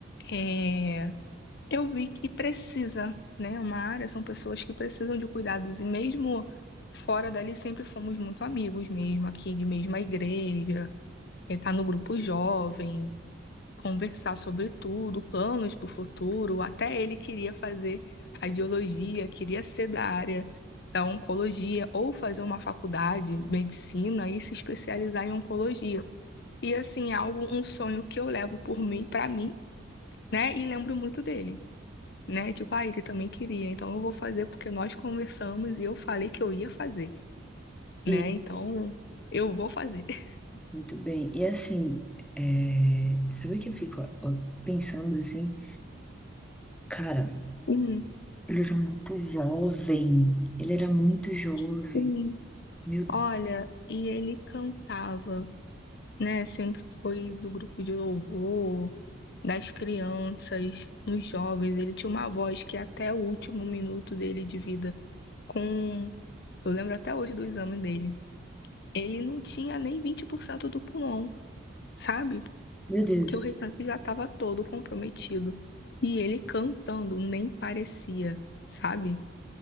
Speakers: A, on the left (about 55°); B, in the centre.
A: é, eu vi que precisa, né? É Uma área são pessoas que precisam de cuidados. E mesmo fora dali, sempre fomos muito amigos mesmo, aqui de mesma igreja, é, tá no grupo jovem conversar sobre tudo, planos para o futuro. Até ele queria fazer radiologia, queria ser da área da oncologia ou fazer uma faculdade, medicina e se especializar em oncologia. E assim, é algo, um sonho que eu levo por mim, para mim, né? E lembro muito dele, né? Tipo, ah, ele também queria, então eu vou fazer porque nós conversamos e eu falei que eu ia fazer,
B: E,
A: né? Então, eu vou fazer. <laughs>
B: muito bem. E assim, é, sabe o que eu fico ó, ó, pensando assim? Cara,
A: Hum,
B: ele era muito jovem. Ele era muito jovem.
A: sim.
B: Meu,
A: Olha, e ele cantava. né? Sempre foi do grupo de louvor, das crianças, nos jovens. Ele tinha uma voz que até o último minuto dele de vida, com, eu lembro até hoje do exame dele, ele não tinha nem 20% do pulmão, sabe?
B: meu Deus.
A: Porque o restante já estava todo comprometido. E ele cantando nem parecia, sabe?